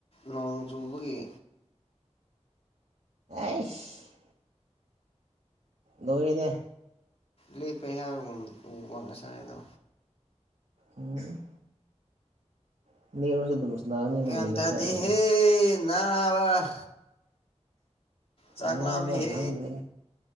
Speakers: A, on the left; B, on the right.
A: ꯅꯣꯡ ꯆꯨꯕꯒꯤ
B: ꯑꯁ ꯂꯣꯏꯔꯦꯗ
A: ꯂꯦꯞꯄꯦ ꯍꯥꯏꯕꯒꯨꯝ ꯎꯕ ꯉꯁꯥꯏꯗꯣ
B: ꯎꯝ <unintelligible> ꯅꯥꯡꯅꯤꯅꯃꯤꯅꯤ
A: ꯒ꯭ꯌꯥꯟ ꯇꯥꯗꯦꯍꯦ
B: ꯈꯔ ꯑꯣꯏ
A: ꯅꯥꯕ ꯆꯥꯛꯂꯥꯝꯃꯦ
B: ꯅꯥꯕ
A: ꯍꯦ
B: ꯈꯪꯗ꯭ꯔꯦ